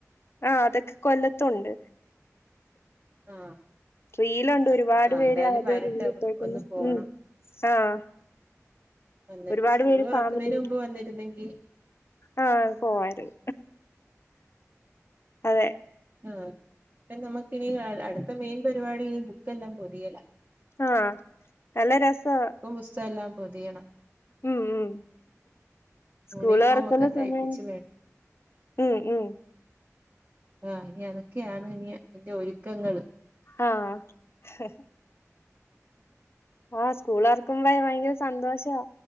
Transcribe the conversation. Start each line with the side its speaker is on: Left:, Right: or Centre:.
Left: ആഹ് അതൊക്കെ കൊല്ലത്തൊണ്ട്
Right: ആ
Left: റീലുണ്ട് ഒരുപാട്
Right: ആ
Left: പേര്
Right: എന്തായാലും
Left: ആത്
Right: വരട്ടെ
Left: റീൽ ഇപ്പോക്കുന്നു
Right: ഒന്ന് പോണം
Left: ഉ ആഹ്
Right: വന്നിട്ട്
Left: ഒരുപാട്
Right: സ്കൂള്
Left: പേര്
Right: തുറക്കുന്നതിന്
Left: ഫാമിലിയായിട്ട്
Right: മുമ്പ് വന്നിരുന്നെങ്കിൽ
Left: ആഹ് പോവാരുന്നു അതെ
Right: ആ നമുക്കിനി അടുത്ത മെയിൻ പരിപാടി ബുക്കെല്ലാം പൊതിയല
Left: ആഹ് നല്ല രസവ
Right: ബുക്കും പുസ്തകം എല്ലാം പൊതിയണം
Left: ഉം ഉം സ്കൂള്
Right: യൂണിഫോം
Left: തുറക്കുന്ന
Right: ഒക്കെ
Left: സമയം
Right: തയ്പ്പിച്ച്
Left: ഉം ഉം
Right: ആഹ് ഇനി അതൊക്കെയാണ് ഇനി ഇന്റെ ഒരുക്കങ്ങള്
Left: ആഹ് ഹ ആഹ് സ്കൂള് തുറക്കുമ്പ സന്തോഷ വ